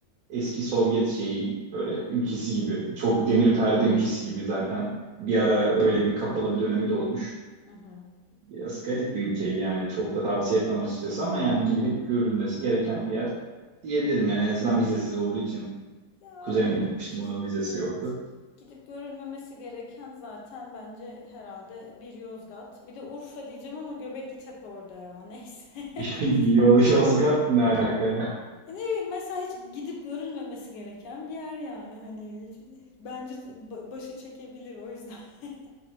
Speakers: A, on the right; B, on the left.
A: eski Sovyet şeyi böyle ülkesi gibi. Çok demir perde ülkesi gibi zaten. Bir ara öyle bir kapalı bir dönemi de olmuş.
B: Hı hı.
A: Biraz garip bir ülkeydi yani. Çok da tavsiye etmem açıkçası ama yani gidilip görülmesi gereken bir yer diyebilirim yani. En azından vizesiz olduğu için.
B: Ya
A: Kuzenimle
B: evet.
A: gitmiştim onun vizesi
B: Evet.
A: yoktu. <laughs>
B: Gidip görülmemesi gereken zaten bence herhalde bir Yozgat. Bir de Urfa diyeceğim ama Göbekli Tepe orada ya. Neyse.
A: İşte
B: <laughs>
A: Yo- Yozgat ne alaka ya?
B: E Ne bileyim mesela hiç gidip görülmemesi gereken bir yer yani hani hiç- bence ba- başı çekebilir o yüzden. <laughs>